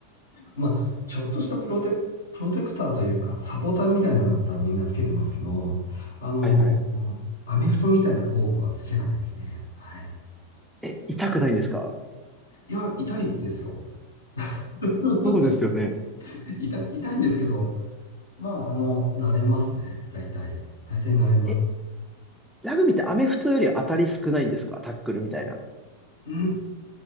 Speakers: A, on the left; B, in the centre.
A: まあ、ちょっとしたプロテ、プロテクターというか、サポーターみたいなのだったらみんなつけてますけど、あの、
B: はいはい
A: アメフトみたいな防具はつけないですね。はい。
B: え、痛くないんですか
A: いや、痛いですよ。<laughs>
B: そうですよね。
A: 痛、痛いんですけど、まあ、あの、慣れますね。大体。大体慣れます。
B: え、ラグビーってアメフトより当たり少ないんですかタックルみたいな。
A: うー